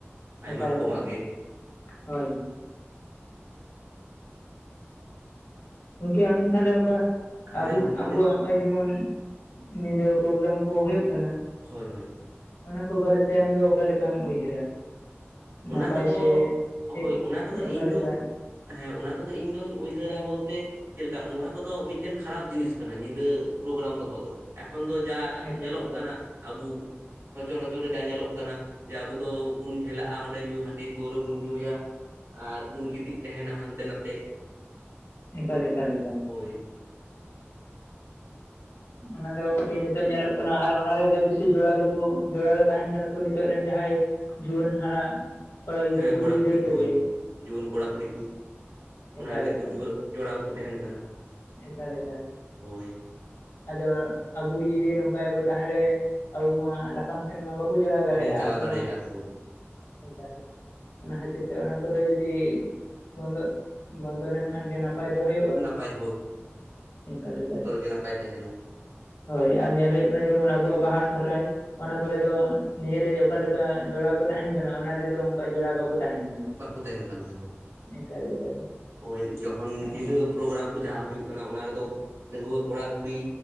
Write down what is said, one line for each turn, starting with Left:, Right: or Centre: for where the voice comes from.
Right: ᱟᱭᱢᱟ
Left: ᱮᱠᱟᱞ
Right: ᱨᱚᱠᱚᱢᱟᱜ
Left: ᱮᱠᱟᱞ
Right: ᱜᱮ
Left: ᱦᱳᱭ ᱦᱳᱭ
Right: <unintelligible>
Left: ᱜᱚᱝᱠᱮ ᱟᱢ ᱫᱚ ᱛᱟᱦᱞᱮ ᱚᱱᱠᱟ
Right: ᱦᱮᱸ
Left: ᱟᱵᱚ
Right: ᱜᱚᱝᱠᱮ
Left: ᱟᱵᱚᱣᱟᱜ
Right: ᱞᱟᱹᱭ ᱵᱤᱱ
Left: ᱱᱚᱜᱼᱚᱭ ᱡᱮᱢᱚᱱ ᱧᱤᱫᱟᱹ ᱯᱨᱳᱜᱨᱟᱢ ᱠᱚ ᱦᱚᱭᱩᱜ ᱠᱟᱱᱟ᱾
Right: ᱦᱳᱭ ᱦᱳᱭ
Left: ᱚᱱᱟ ᱠᱚ ᱵᱟᱨᱮ ᱛᱮ ᱟᱢᱫᱚ ᱚᱠᱟ ᱞᱮᱠᱟᱢ ᱩᱭᱦᱟᱹᱨᱟ᱾
Right: ᱚᱱᱟ
Left: ᱱᱟᱯᱟᱭ
Right: ᱠᱚᱫᱚ
Left: ᱥᱮ
Right: ᱦᱳᱭ
Left: ᱪᱮᱫ
Right: ᱚᱱᱟ ᱠᱚᱫᱚ ᱤᱧᱫᱚ
Left: ᱚᱠᱟᱞᱮᱠᱟ
Right: ᱦᱮᱸ ᱚᱱᱟ ᱠᱚᱫᱚ ᱤᱧ ᱫᱚᱧ ᱩᱭᱦᱟᱹᱨᱟ ᱵᱚᱞᱛᱮ ᱪᱮᱫ ᱞᱮᱠᱟ ᱱᱚᱣᱟ ᱠᱚᱫᱚ ᱢᱤᱫᱴᱮᱱ ᱠᱷᱟᱨᱟᱯ ᱡᱤᱱᱤᱥ ᱠᱟᱱᱟ ᱧᱤᱫᱟᱹ ᱯᱨᱳᱜᱨᱟᱢ ᱫᱚᱦᱚ ᱫᱚ ᱮᱠᱷᱚᱱ ᱫᱚ ᱡᱟ
Left: ᱮᱠᱟᱞ
Right: ᱧᱮᱞᱚᱜ
Left: ᱮᱠᱟᱞ
Right: ᱠᱟᱱᱟ᱾ ᱟᱵᱚ ᱥᱚᱪᱚᱨ ᱚᱪᱚᱨ ᱨᱮ ᱡᱟ ᱧᱮᱞᱚᱜ ᱠᱟᱱᱟ ᱡᱮ ᱟᱵᱚ ᱫᱚᱵᱚᱱ ᱦᱮᱞᱟᱜ ᱟᱨ ᱚᱸᱰᱮ ᱧᱩ ᱦᱟᱺᱰᱤ ᱯᱟᱹᱣᱨᱟᱹ ᱵᱚᱱ ᱧᱩᱭᱟ ᱟᱨ ᱵᱩᱱ ᱜᱤᱛᱤᱡ ᱛᱟᱦᱮᱱᱟ ᱦᱟᱱᱛᱮ ᱱᱟᱛᱮ
Left: ᱮᱠᱟᱞ ᱮᱠᱟᱞ ᱮᱠᱟᱞ
Right: ᱦᱳᱭ
Left: ᱚᱱᱟ ᱫᱚ ᱜᱚᱝᱠᱮ ᱱᱤᱛᱚᱜ ᱧᱮᱞᱚᱜ ᱠᱟᱱᱟ ᱟᱨ ᱚᱱᱟ ᱨᱮᱫᱚ ᱵᱮᱥᱤ ᱡᱚᱲᱟ ᱫᱚᱵᱚ ᱡᱚᱲᱟ ᱫᱚ ᱛᱟᱦᱮᱱ ᱠᱟᱱᱟ ᱠᱚ ᱱᱤᱛᱚᱜ ᱨᱮᱱ ᱡᱟᱦᱟᱸᱭ ᱡᱩᱣᱟᱹᱱ ᱦᱟᱨᱟ ᱠᱚᱲᱟ ᱜᱤᱫᱟᱹᱨ
Right: ᱦᱮᱸ ᱠᱚᱲᱟ
Left: ᱜᱤᱫᱟᱹᱨ
Right: ᱠᱩᱲᱤ
Left: ᱠᱚᱜᱮ
Right: ᱦᱳᱭ ᱡᱩᱣᱟᱹᱱ ᱠᱚᱲᱟ ᱠᱩᱲᱤ ᱠᱚ ᱚᱱᱟ
Left: ᱮᱠᱟᱞ
Right: ᱨᱮᱜᱮ
Left: ᱮᱠᱟᱞ
Right: ᱠᱚ ᱡᱩᱣᱟ ᱡᱚᱲᱟᱣ ᱠᱚ ᱛᱟᱦᱮᱱ ᱠᱟᱱᱟ
Left: ᱮᱠᱟᱞ ᱮᱠᱟᱞ
Right: ᱦᱳᱭ
Left: ᱟᱫᱚ ᱟᱵᱚ ᱜᱮ ᱡᱩᱫᱤ ᱱᱚᱝᱠᱟᱭᱟᱵᱚ ᱛᱟᱦᱚᱞᱮ ᱟᱵᱚ ᱢᱟ ᱞᱟᱯᱷᱟᱝ ᱥᱮᱱ ᱢᱟ ᱵᱟᱵᱩ ᱪᱟᱞᱟᱣ ᱫᱟᱲᱮᱭᱟᱜᱼᱟ
Right: ᱵᱟᱵᱚᱱ ᱪᱟᱞᱟᱣ
Left: ᱟᱵᱚ
Right: ᱫᱟᱲᱮᱭᱟᱜᱼᱟ
Left: ᱢᱟ
Right: ᱦᱳᱭ
Left: ᱱᱮᱛᱟᱨ ᱚᱱᱟ ᱠᱷᱟᱹᱛᱤᱨ ᱛᱮ ᱚᱱᱟ ᱠᱚᱫᱚ ᱡᱩᱫᱤ ᱵᱚᱱᱫᱚ ᱵᱚᱱᱫᱚ ᱞᱮᱱᱠᱷᱟᱱ ᱜᱮ ᱱᱟᱯ ᱱᱟᱯᱟᱭ ᱫᱚ ᱦᱩᱭᱩᱜᱼᱟ
Right: ᱱᱟᱯᱟᱭ
Left: ᱮᱱᱠᱟ ᱞᱮᱠᱟ
Right: ᱜᱮ ᱱᱟᱯᱟᱭ ᱛᱟᱦᱮᱱᱟ᱾
Left: ᱦᱳᱭ ᱟᱨ ᱧᱮᱞ ᱦᱩᱭᱩᱜ ᱠᱟᱱᱟ ᱡᱮ ᱟᱵᱚᱣᱟᱜ ᱵᱟᱦᱟ ᱥᱚᱦᱚᱨᱟᱭ ᱚᱱᱟ ᱠᱚᱨᱮ ᱫᱚ ᱱᱤᱭᱟᱹᱨᱮ ᱚᱠᱟᱞᱮᱠᱟ ᱡᱚᱲᱟᱣ ᱠᱚ ᱛᱟᱦᱮᱱ ᱠᱟᱱᱟ ᱚᱱᱟ ᱨᱮᱫᱚ ᱚᱱᱠᱟ ᱡᱚᱲᱟᱣ ᱵᱟᱠᱚ ᱠᱚ ᱛᱟᱦᱮᱱ ᱠᱟᱱᱟ
Right: ᱵᱟᱠᱚ ᱛᱟᱦᱮᱱ ᱠᱟᱱᱟ
Left: ᱮᱠᱟᱞ ᱮᱠᱟᱞ
Right: ᱦᱳᱭ ᱡᱚᱠᱷᱚᱱ ᱧᱤᱫᱟᱹ ᱯᱨᱳᱜᱨᱟᱢ ᱠᱚ ᱡᱟᱦᱟᱸ ᱦᱩᱭᱩᱜ ᱠᱟᱱᱟ ᱚᱱᱟ ᱨᱮᱫᱚ ᱰᱟᱺᱜᱩᱣᱟᱹ ᱠᱚᱲᱟ ᱠᱩᱲᱤ